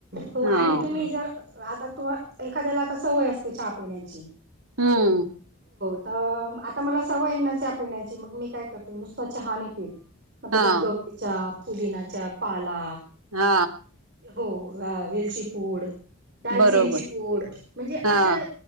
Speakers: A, on the right; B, on the right.
A: हो आणि
B: हां,
A: तुम्ही जर आता तु एखाद्याला आता सवय असते चहा पिण्याची
B: हूं
A: अ आता मला सवय येना च ह पिण्याची मग मी काय करते नुसता चहा नाई पीेत. मग त्याच्यात
B: हां,
A: गवतीच्या पुदिनाच्या पाला
B: हा.
A: हो अ वेलची पूड, दालचिनीची
B: बरोबर.
A: पूड, म्हणजे
B: हां,
A: अशा